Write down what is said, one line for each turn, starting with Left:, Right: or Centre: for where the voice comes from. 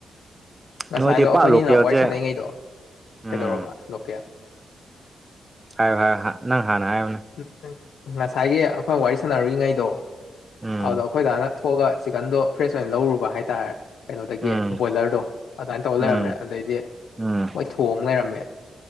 Left: ꯉꯁꯥꯏꯗꯣ
Right: ꯅꯣꯏꯗꯤ
Left: ꯑꯩꯈꯣꯏꯅꯤꯅ
Right: ꯄꯥꯛ ꯂꯣꯀꯦꯜꯁꯦ
Left: ꯋꯥꯔꯤ ꯁꯥꯟꯅꯔꯤꯉꯩꯗꯣ
Right: ꯎꯝ
Left: ꯀꯩꯗꯧꯔꯕ ꯂꯣꯀꯦꯌꯥ
Right: ꯍꯥꯏꯌ ꯍꯥꯏ ꯅꯪ ꯍꯥꯟꯅ ꯍꯥꯏꯅꯦ
Left: ꯎ ꯉꯁꯥꯏꯒꯤ ꯑꯩꯈꯣꯏ ꯋꯥꯔꯤ ꯁꯥꯟꯅꯔꯨꯏꯉꯩꯗꯣ
Right: ꯎꯝ
Left: ꯑꯗꯨꯗ ꯑꯩꯈꯣꯏꯗꯥꯅ ꯊꯣꯛꯑꯒ ꯆꯤꯛꯀꯟꯗꯣ ꯐ꯭ꯔꯦꯁ ꯑꯣꯏꯅ ꯂꯧꯔꯨꯕ ꯍꯥꯏꯇꯥꯔꯦ ꯀꯩꯅꯣꯗꯒꯤ
Right: ꯎꯝ
Left: ꯕꯣꯏꯂꯔꯗꯣ ꯑꯗꯨꯃꯥꯏꯅ ꯇꯧꯔ
Right: ꯎꯝ
Left: ꯂꯩꯔꯝꯃꯦ ꯑꯗꯩꯗꯤ
Right: ꯎꯝ
Left: ꯃꯣꯏ ꯊꯣꯡꯑꯒ ꯂꯩꯔꯝꯃꯦ